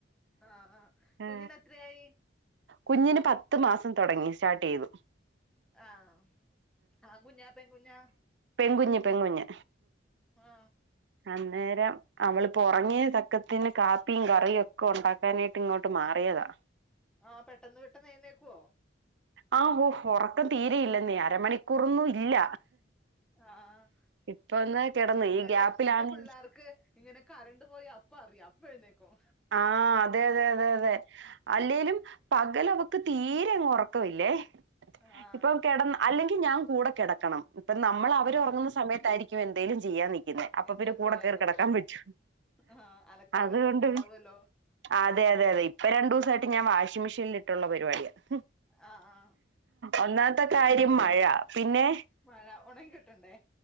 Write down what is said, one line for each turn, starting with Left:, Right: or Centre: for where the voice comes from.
Centre: ആ ആ
Right: ഉ
Centre: കുഞ്ഞിന് എത്രയായി
Right: കുഞ്ഞിന് പത്ത് മാസം തുടങ്ങി സ്റ്റാർട്ട് ചെയ്തു
Centre: ആഹ ആ കുുഞ്ഞ പെ കുുഞ്ഞ
Right: പെകുഞ്ഞ് പെകുഞ്
Centre: ആ
Right: അന്നേരം അവള് പറങ്ങി പക്കത്തിന് കാപ്പിയും കറിയും ഒക്കെ ഉണ്ടാക്കാനായിട്ട് ഇങ്ങോട്ട് മാറിയതാ
Centre: ആഹ പെട്ടന്ന് പെട്ടെന്ന് നഴുന്നേക്കുവോ
Right: ആ ഓ ഉറക്കം തീരെയില്ല നീ അരമണിക്കൂറൊന്നും ഇല്ല
Centre: ആഹ
Right: ഇപ്പൊ ഒന്ന് കിടന്നു
Centre: പിന്നെതാ
Right: ഈ ഗ്യാപ്പിലാണ്
Centre: ഇപ്പോഴത്തെ പിള്ളേർക്ക് ഇങ്ങനെ കറണ്ട് പോയി അപ്പ അറിയാം അപ്പ എഴുന്നേക്കും
Right: ആഹ അതെ അതെ അതെ അതെ അല്ലേലും പകലവക്ക് തീരെ അങ്ങ് ഉറക്കമില്ലേ
Centre: ആ
Right: ഇപ്പൊ കട അല്ലെങ്കിൽ ഞാൻ കൂടെ കിടക്കണം ഇപ്പ നമ്മൾ അവർ
Centre: ആ
Right: ഉറങ്ങുന്ന സമയത്തായിരിക്കും എന്തെേലും ചെയ്യാൻ നിക്കുന്നേ അപ്പൊ
Centre: എന്തേലും
Right: പിന്നെ കൂടെ
Centre: ചെയ്യാനുള്ളത്
Right: കേയറി കിടക്കാൻ പറ്റൂ
Centre: ആ അലക്കാനും
Right: അതുകൊണ്ട്
Centre: ഇതൊക്കെ ഉണ്ടാവുമല്ലോ
Right: അതെ അതെതെ ഇപ്പ രു ദിവസമായിട്ട് ഞാൻ വാഷിംഗ് മെഷീനിൽ ഇട്ടുള്ള പരിപാടിയാണ്
Centre: ആ ആ
Right: ഒന്നാമത്തെ കാര്യം മഴ പിന്നെ
Centre: മഴ ഉണങ്ങി കിട്ടണ്ടേ